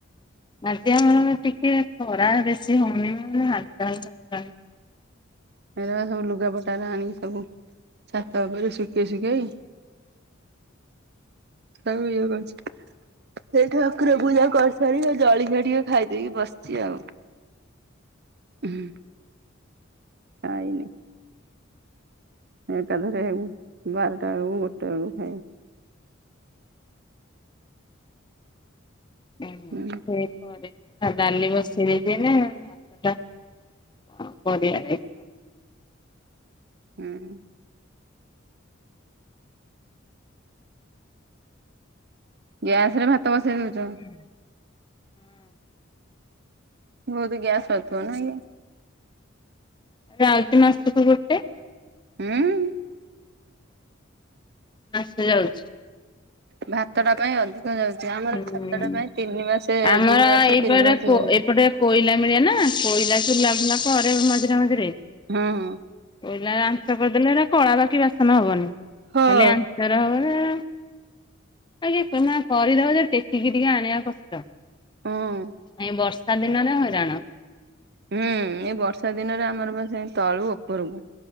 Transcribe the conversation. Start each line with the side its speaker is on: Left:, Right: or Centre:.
Left: ଆଜି ଆମର ଟିକେ ଖରା ବେଶୀ ହଉନି, ମାନେ ହାଲକା ହାଲକା ଖରା ହଉ
Right: ଏଇରା ସବୁ ଲୁଗାପଟା ର ଆଣିକି ସବୁ ଛାତ ଉପରେ ଶୁକେଇ ଶୁକେଇ ତାକୁ ଇଏ <unintelligible> ସେଇ ଠାକୁର ପୂଜା କରିସାରି ଆ, ଜଳିଖିଆ ଟିକେ ଖାଇଦେଇକି ବସିଛି ଆଉ। ହୁଁ। ଖାଇନି। ଏକାଥରେ ବାରଟା ବେଳକୁ ଗୋଟେ ବେଳକୁ ଖାଇବି।
Left: ମୁଁ
Right: ହୁଁ
Left: ସେ ହଁ ଡାଲି ବସେଦେଇଛି ହେଲେ, ଟା- କରିବାପାଇଁ।
Right: ହଁ। ଗ୍ୟାସ୍ ରେ ଭାତ ବସେଇ ଦଉଚ?
Left: ହୁଁ।
Right: ବହୁତ ଗ୍ୟାସ୍ ସରୁଥିବ ନାହିଁ କି?
Left: ଯାଉଛି ମାସକୁ ଗୋଟେ।
Right: <unintelligible>
Left: ମାସେ ଯାଉଛି।
Right: ଭାତଟା ପାଇଁ ଅଧିକ ଯାଉଛି, ଆମର
Left: ହୁଁ।
Right: ଭାତଟା ପାଇଁ ତିନି ମାସେ
Left: ଆମର
Right: ଦି ମାସେ
Left: ଏଇପଟେ
Right: ତିନି ମାସେ ଯାଉଛି।
Left: ଏପଟେ କୋଇଲା ମିଳେନା କୋଇଲା ଚୁଲା ଫୁଲା କରେ ମଝିରେ ମଝିରେ।
Right: ହଁ, ହଁ।
Left: କୋଇଲାରେ ଆଞ୍ଚ କରିଦେଲେ ହେରା କଳା ବାକି ବାସନ ହବନି।
Right: ହଁ।
Left: ଖାଲି ଆଞ୍ଚରେ ହବ। <unintelligible> ବାକି ସିନା କରିଦବ ଯେ ଟେକିକି ଟିକେ ଆଣିବା କଷ୍ଟ।
Right: ହଁ
Left: ଏ ବର୍ଷା ଦିନରେ ହଇରାଣ।
Right: ହୁଁ, ଏଇ ବର୍ଷା ଦିନରେ ଆମର ବା ସେ ତଳୁ ଉପରକୁ